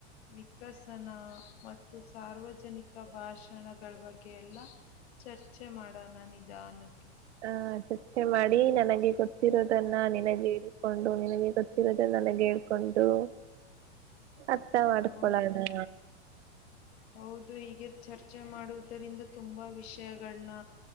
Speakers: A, on the left; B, on the right.
A: ವಿಕಸನ ಮತ್ತು ಸಾರ್ವಜನಿಕ ಭಾಷಾ ಕಣಗಳ ಬಗ್ಗೆ ಎಲ್ಲಾ ಚರ್ಚೆ ಮಾಡೋಣ ನಿಧಾನಕ್ಕೆ
B: ಹ ಚರ್ಚೆ ಮಾಡಿ ನನಗೆ ಗೊತ್ತಿರೋದನ್ನ ನಿನಗೆ ಇಕೊಂಡು ನಿನಗೆ ಗೊತ್ತಿರೋದನ್ನ ನನಗೆ ಹೇಳ್ಕೊಂಡು ಅರ್ಥ ಮಾಡಿಕೊಳ್ಳೋಣ
A: ಹೌದು
B: <inaudible>
A: ಹೌದು ಹೀಗೆ ಚರ್ಚೆ ಮಾಡುವುದರಿಂದ ತುಂಬಾ ವಿಷಯಗಳನ್ನ